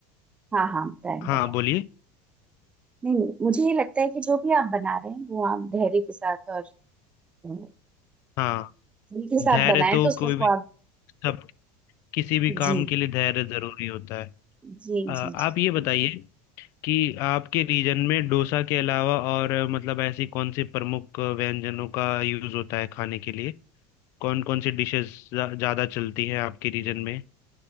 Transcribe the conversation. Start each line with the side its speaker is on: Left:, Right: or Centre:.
Right: हाँ हाँ बताएं
Left: हाँ
Right: बताएं
Left: बोलिए
Right: नहीं नहीं मुझे ये लगता है कि जो भी आप बना रहे हैं वो आप धैर्य के साथ और अ,
Left: हाँ
Right: दिल के साथ
Left: धैर्य
Right: बनाएं
Left: तो
Right: तो उसका
Left: कोई
Right: स्वाद
Left: भी सब किसी भी काम
Right: जी
Left: के लिए धैर्य जरूरी होता है
Right: जी
Left: अ, आप
Right: जी जी
Left: ये बताइए कि आपके रीजन में डोसा के अलावा और अ, मतलब ऐसी कौन से प्रमुख अ, व्यंजनों का यूज होता है खाने के लिए कौन कौन सी डिशेस ज्यादा चलती हैं आपके रीजन में